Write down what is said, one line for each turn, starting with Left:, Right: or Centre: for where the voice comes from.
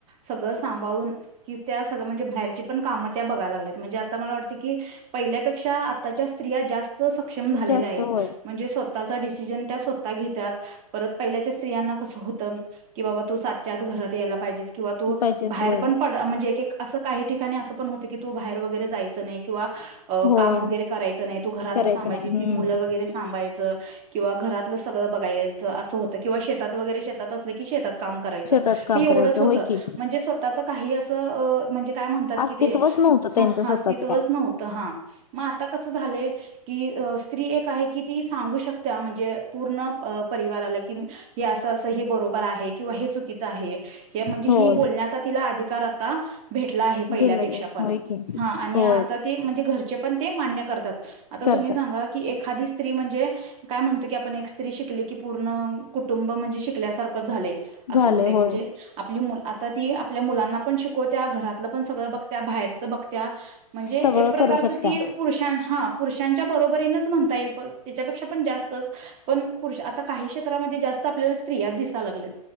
Right: सगळं सांभाळून कि त्या, सगळं म्हणजे बाहेरची पण कामं त्या बघायला लागल्यात म्हणजे मला वाटते की पहिल्यापेक्षा आताच्या स्त्रिया जास्त सक्षम झालेल्या
Left: जास्त
Right: आहेत,
Left: होय
Right: म्हणजे स्वतःचा डिसिजन त्या स्वतः घेतात. परत पहिल्याच्या स्त्रियांना कसं होत, की बाबा तू साातच्या आत घरात यायला पाहिजे किंवा तू,
Left: पाहिजेच
Right: बाहेर
Left: होय
Right: पण पड, म्हणजे एक-एक असं काही ठिकाणी असं पण होत की तू बाहेर वगैरे जायचं नाही किंवा. अ
Left: होय
Right: काम वगैरे करायचं नाही, तू घरातच
Left: करायचं
Right: थांबायचं
Left: नाही हम्म
Right: ती मुलं वगैरे सांभायचं. किंवा घरातलं सगळं बघायचं, असं होतं किंवा शेतात वगैरे शेतात असलं की शेतात. काम करायच,
Left: शेतात काम
Right: हे एवढच
Left: करायचं
Right: होत,
Left: होय की
Right: म्हणजे स्वतःच काही असं म्हणजे काय म्हणतात
Left: अस्तित्वच
Right: की ते.
Left: नव्हतं
Right: हा
Left: त्यांचं स्वतःच
Right: अस्तित्वच
Left: काय
Right: नव्हतं हा, मग आता कसं झालं की स्त्री एक आहे की ती सांगू शकत. त्या म्हणजे, त्या पूर्ण परिवाराला, की म्हणजे हे अस-असं हे बरोबर आहे, किंवा हे चुकीच आहे, हे म्हणजे
Left: होय
Right: ही बोलण्याचा तिला अधिकार आता भेटला आहे, पहिल्यापेक्षा
Left: दिलं जात
Right: पण
Left: होय की
Right: हा आणि
Left: होय
Right: आता ते म्हणजे घरचे पण ते मान्य करतात, आता
Left: करतात
Right: तुम्ही सांगा की एखादी स्त्री म्हणजे काय म्हणतो की आपण, एक स्त्री शिकली की पूर्ण कुटुंब म्हणजे शिकल्यासारखं झाले. असं
Left: झाले
Right: होते म्हणजे
Left: होय
Right: आप आपली मु, आता ती आपल्या मुलांना पण शिकवत्या, घरातलं पण सगळं बघत्या, बाहेरच त्या म्हणजे
Left: सगळं
Right: एक प्रकारच
Left: करू शकता
Right: ती, पुरुषां हा पुरुषांच्या बरोबरीनच म्हणता येईल त्याच्यापेक्षा पण जास्तच, पण पुरुष, आता काही क्षेत्रामध्ये जास्त आपल्याला स्त्रियात दिसाय लागल्यात.